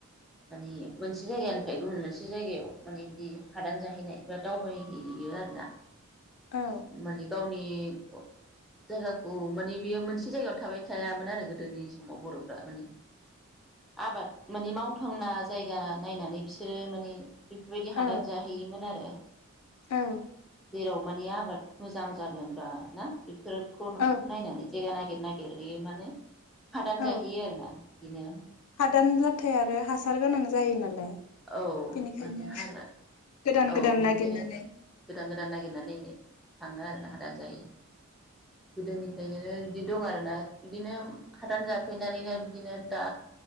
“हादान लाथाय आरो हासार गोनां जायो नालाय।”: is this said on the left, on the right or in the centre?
Left